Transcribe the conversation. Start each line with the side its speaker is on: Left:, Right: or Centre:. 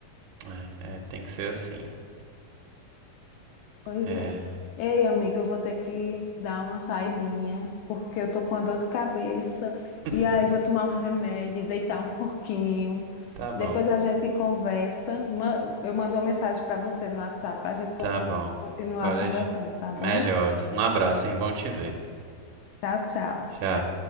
Right: É, é, tem que ser assim.
Left: Pois
Right: É.
Left: é. Ei, amiga, eu vou ter que dar uma saidinha, porque eu tô com a dor de cabeça.
Right: <laughs>
Left: E aí vou tomar um remédio, deitar um <laughs> pouquinho.
Right: Tá bom.
Left: Depois a gente conversa. Ma- Eu mando uma mensagem para você no WhatsApp para a gente come-
Right: Tá bom,
Left: continuar
Right: pode
Left: conversando,
Right: deixar.
Left: tá
Right: Melhoras.
Left: bom?
Right: Um abraço, hein? Bom te ver.
Left: Tchau, tchau.
Right: Tchau.